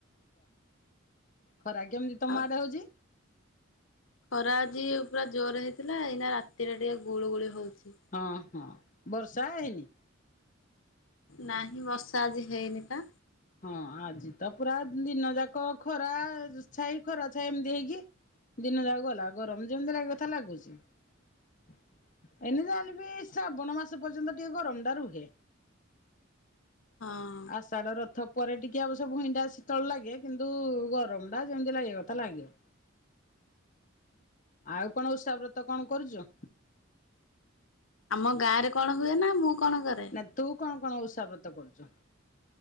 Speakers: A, on the left (about 40°); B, on the left (about 80°).
A: ଖରା କେମିତି ତମ
B: ଆଉ
A: ଆଡେ ହଉଚି?
B: ଖରା ଆଜି ପୁରା ଜୋରେ ହେଇଥିଲା ଏଇନା ରାତିରେ ଟିକେ ଗୁଳୁ ଗୁଳି ହଉଛି।
A: ହଁ ହଁ ବର୍ଷା ହେଇନି?
B: ନାହିଁ ବର୍ଷା ଆଜି ହେଇନି ଟା।
A: ହଁ ଆଜି ତ ପୁରା ଦିନ ଯାକ ଖରା ଛାଇ ଖରା ଛାଇ ଏମତି ହେଇକି ଦିନ ଯାଉ ଗଲା ଗରମ ଯେମତି ଲାଗେ କଥା ଲାଗୁଛି। ଏଇନେ ଯାହା ହେଲେ ବି ଶ୍ରାବଣ ମାସ ପର୍ଯ୍ୟନ୍ତ ଟିକେ ଗରମ ଟା ରୁହେ।
B: ହଁ।
A: ଆଷାଢ ରଥ ପରେ ଟିକେ ଅବସ୍ୟ ଭୁଇଁଟା ଶୀତଳ ଲାଗେ କିନ୍ତୁ ଗରମଟା ଯେମତି ଲାଗିଆ କଥା ଲାଗେ। ଆଉ କଣ ଓଷା ବ୍ରତ କଣ କରୁଚୁ?
B: ଆମ ଗାଁ ରେ କଣ ହୁଏ ନା ମୁଁ କଣ କରେ?
A: ନା ତୁ କଣ କଣ ଓଷା ବ୍ରତ କରୁଚୁ?